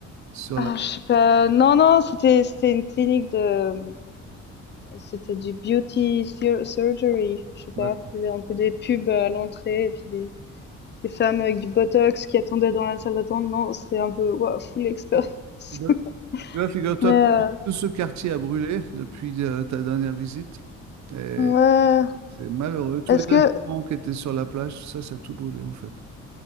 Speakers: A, on the right; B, on the left.
A: sur
B: Ah,
A: la.
B: je sais pas. Non, non, c'était c'était une clinique de c'était du beauty sur- surgery, je sais pas,
A: la-
B: il y avait un peu des pubs à l'entrée et puis des des femmes avec du botox qui attendaient dans la salle d'attente. Non, c'était un peu wow, full expérience.
A: de-
B: <laughs>
A: Tu vois, figure-toi,
B: Mais euh,
A: tout ce quartier a brûlé depuis euh, ta dernière visite. Et
B: ouais.
A: C'est malheureux. Tous
B: Est-ce
A: les restaurants
B: que
A: qui étaient sur la plage, tout ça, ça a tout brûlé en fait.